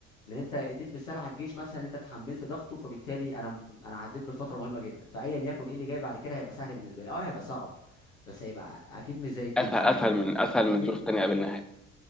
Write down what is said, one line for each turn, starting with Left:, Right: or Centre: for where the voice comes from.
Left: لان انت اديت مثال على الجيش مثلا ان انت تحملت ضغطه فبالتالي انا انا عديت بفتره مهمه جدا فايا يكن ايه اللي جاي بعد كده هيبقى سهل بالنسبه لي اه هيبقى صعب بس هيبقى اكيد مش زي الجيش
Centre: اسهل
Left: تقصد
Centre: اسهل
Left: ده
Centre: من اسهل من
Left: في
Centre: ظروف تانية قابلناها يعني.